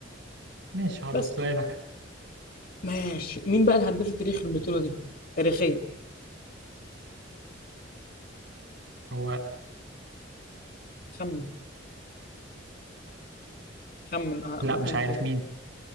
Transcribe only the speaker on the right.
ماشي خلاص
سؤالك
هو
لا
مش عارف
مين